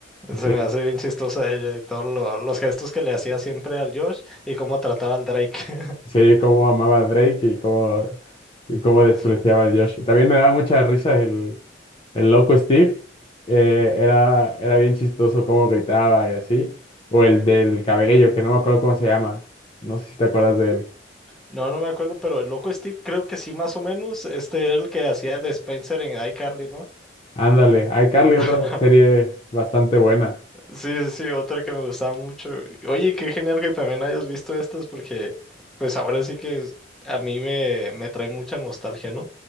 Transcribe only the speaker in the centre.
Se
me hace bien chistosa ella y todos lo- los gestos que le hacía siempre al Josh y cómo trataba al Drake. <laughs>
Sí.
No, no me acuerdo, pero el loco Steve creo que sí, más o menos, este era el que hacía de Spencer en iCarly, ¿no?
<laughs>
Sí, sí, sí, otra que me gustaba mucho. Oye, qué genial que también hayas visto estas porque pues ahora sí que es- a mí me, me trae mucha nostalgia, ¿no?